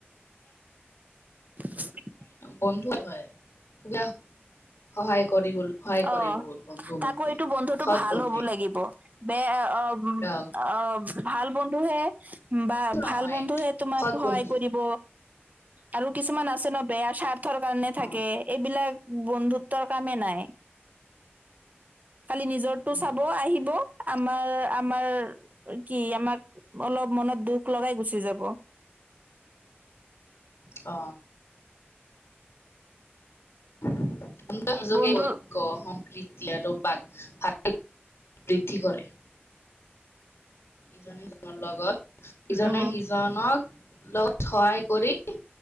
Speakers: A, on the right; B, on the left.
A: <inaudible>
B: বন্ধু হয়। <unintelligible> সহায় কৰিব, সহায় কৰে
A: অ
B: বহুত বন্ধু-বন্ধুৱে,
A: তাকো এইটো বন্ধুটো
B: সৎ
A: ভাল
B: বন্ধুৱে।
A: হ'ব লাগিব বেয়া অঁ'
B: অ
A: অঁ'। ভাল বন্ধুহে বা
B: নহয়
A: ভাল বন্ধুহে তোমাক
B: সৎ
A: সহায়
B: বন্ধু
A: কৰিব। আৰু কিছুমান আছে ন' বেয়া স্বাৰ্থৰ কাৰণে
B: অ
A: থাকে। এইবিলাক বন্ধুত্বৰ কামে নাই। খালি নিজৰটো
B: উম
A: চাব আহিব- আমাৰ, আমাৰ কি আমাক অলপ মনত দুখ লগাই গুচি যাব।
B: অঁ। <unintelligible>
A: বন্ধু
B: ঐক্য সম্প্ৰীতি- দিয়াতো <unintelligible> বৃদ্ধি কৰে। ইজনে সিজনৰ লগত, ইজনে
A: উম
B: সিজনক লগত সহায় কৰি-